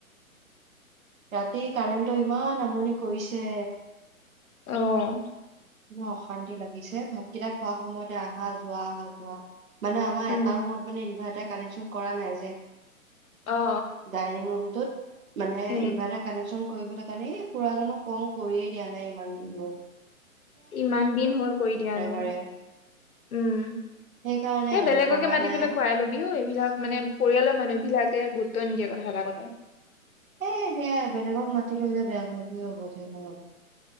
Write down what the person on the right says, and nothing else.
ৰাতি কাৰেণ্টটো ইমান আমনি কৰিছে।
মোৰ অশান্তি লাগিছে ভাতকেইটা খোৱাৰ সময়তে আহা যোৱা আহা যোৱা মানে আমাৰ
এটা ৰুমত মানে ইনভাৰ কানেকচন কৰা নাই যে
ডাইনিং ৰুমটো। মানে
ইনভাৰাৰ কানেকচন কৰিবলৈ কাৰণে এই খুৰা জনক কওঁ কৰিয়ে দিয়া নাই ইমান দিনত
বাৰে।
সেইকাৰণে
আৰু
কৰা
নাই
এই সেয়াই বেলেগক মাতিলো এতিয়া বেয়া পোৱা পুৰি হ'ব যে ন